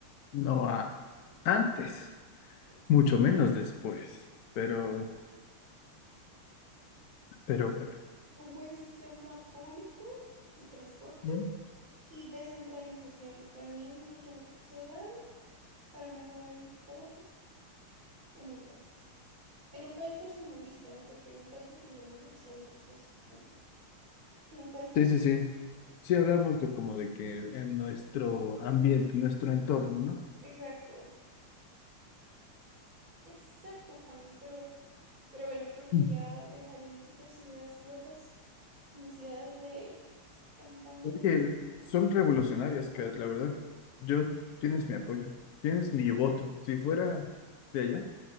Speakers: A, on the left (about 80°); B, on the right (about 40°).
A: No a antes,
B: exacto.
A: mucho menos después, pero, pero bueno.
B: Un buen sistema público de transporte
A: ¿Mm?
B: y descentralización. Para mí esos dos son clave para mejorar el tráfico en un país. En un país tercermundista, ¿no? Porque en un país de primer mundo, pues hay otras cosas que se pueden hacer, pero en un país tercer
A: Sí, sí, sí.
B: eso.
A: Sí hablamos de como de que en nuestro ambiente, nuestro entorno, ¿no?
B: Exacto, exacto, Juani, pero, pero bueno, creo que
A: Mm.
B: ya dejaré mis otras ideas locas y mis ideas de campaña.
A: Oye, son revolucionarias, Kat, la verdad. Yo, tienes mi apoyo, tienes mi voto. Si fuera de allá,